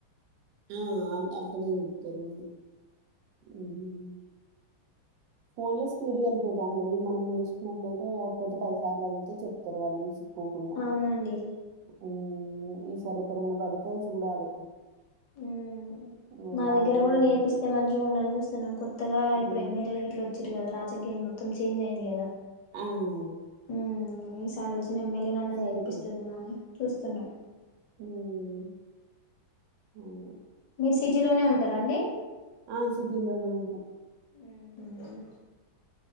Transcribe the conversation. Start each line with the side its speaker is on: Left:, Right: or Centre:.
Right: ఆ అ అట్లనే చెప్తారు మా ఉమ్ ఫోన్ లో స్పీడ్ గా వెళ్ళిపోతా ఉంటది మనం నేర్చుకున్నట్లయితే ఒక్కటి పదిసార్లు అదిగితే చెప్తారు వాళ్ళు నుంచి గకుండ
Left: అవునండి
Right: ఓ ఈ సారి ఎప్పుడ్ అన్న పా తే చూడాలి
Left: ఉమ్
Right: వెళ్ళాలి
Left: మా దగ్గర
Right: వెళ్ళి
Left: కూడా నేర్పిస్తే మంచిగా ఉండాలని చూస్తున్నాం కొత్తగా
Right: హ్మ్.
Left: ఇప్పు ఎమ్మెల్యేల ఇట్లా వచ్చారు కదా రాజక్ ఇంకేం మొత్తం చేంజ్ అయింది కదా
Right: అవును
Left: ఉమ్ ఈసారి వచ్చు ఎమ్మెల్యే నాన్న నేర్పిస్తదేమో
Right: అయిపో
Left: అని చూస్తున్నా
Right: హ్మ్. అవును.
Left: మీరు సిటీలోనే ఉంటారా అండి
Right: ఆ సిటీలో నే ఉంట
Left: ఉమ్ హమ్